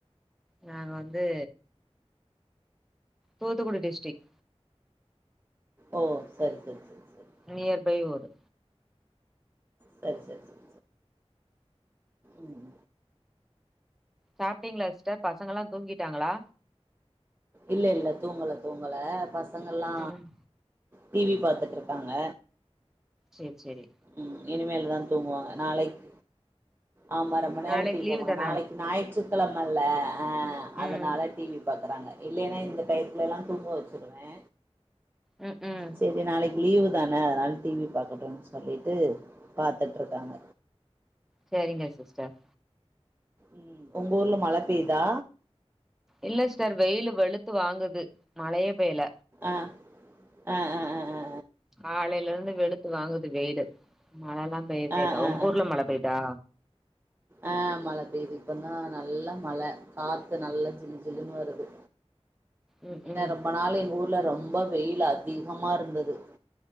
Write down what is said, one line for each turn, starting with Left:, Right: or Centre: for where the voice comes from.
Centre: நாங்க வந்து தூத்துக்குடி டிஸ்டிக்
Right: ஓ சரி சரி சரி சரி
Centre: நியர் பை ஊரு
Right: சரி சரி ச ம்
Centre: சாப்ட்டீங்ளா சிஸ்டர் பசங்கலா தூங்கிட்டாங்ளா
Right: இல்ல இல்ல தூங்கல தூங்கல பசங்கள்லா
Centre: ம்
Right: டி வி பாத்துட்ருக்காங்க
Centre: சேர் செரி
Right: ம் இனிமேல்தாதூங்குவாங்க நாளைக் ஆமா ரொம்ப நேரோ
Centre: நாளைக்கு
Right: டி வி
Centre: லீவு
Right: பாப்பாங்க
Centre: தான
Right: நாளைக்கு ஞாயிற்றுக்கிழமல்ல ஆ அதனால
Centre: ம்
Right: டி வி பாக்றாங்க இல்லன்னா இந்த டைத்துலலா தூங்க வச்சுருவே
Centre: ம் ம்
Right: செரி நாளைக் லீவு தானே அதனால டி வி பாக்கட்டுன் சொல்லிட்டு பாத்துட்ருக்காங்க
Centre: செரிங்க சிஸ்டர்
Right: ம் உங்க ஊர்ல மழை பெய்தா
Centre: இல்ல சிஸ்டர் வெயிலு வெளுத்து வாங்குது மழையே பெய்ல
Right: ஆ ஆ ஆ ஆ ஆ
Centre: காலல இருந்து வெளுத்து வாங்குது வெயிலு மழலா பெயவே
Right: ஆ
Centre: இல்ல
Right: ஆ
Centre: ஒங்
Right: ஆ
Centre: ஊர்ல மழை பெய்தா
Right: ஆ மழ பெய்து இப்ப தா நல்ல மழ காத்து நல்ல ஜிலு ஜிலுன் வருது
Centre: ம்
Right: ஏனா
Centre: ம்
Right: ரொம்ப நாள் எங்க ஊர்ல ரொம்ப வெயில் அதிகமா இருந்துது